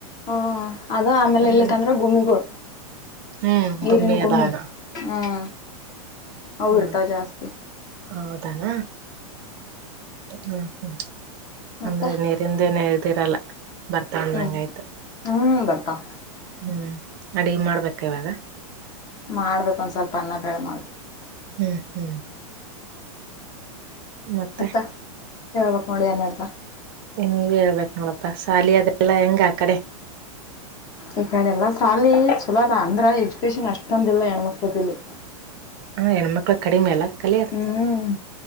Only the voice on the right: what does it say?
ಹ್ಮ್
ಹ್ಮ್
ಅದಾನ
ಹ್ಮ್
ಹೌದಾನ? <unintelligible>
ಅಂದ್ರೆ ನೀರಿಂದೇನೆ ತೀರಲ್ಲ ಬರ್ತಾ ಅಂದಂಗ್
ಆಯ್ತು
ಹ್ಮ್. ಅಡಿಗಿ ಮಾಡ್ಬೇಕ ಇವಾಗ?
ಹ್ಮ್ ಹ್ಮ್ ಮತ್ತೆ?
ನೀವೇ ಹೇಳ್ಬೇಕ್ ನೋಡಪ್ಪಾ ಸಾಲಿ ಅದೆಲ್ಲಾ ಹೆಂಗ್ ಆ ಕಡೆ?
ಹ್ಮ್ಮ್ ಹೆಣ್ಮಕ್ಳ್ ಕಡಿಮೆ ಅಲ ಕಲಿಯದ್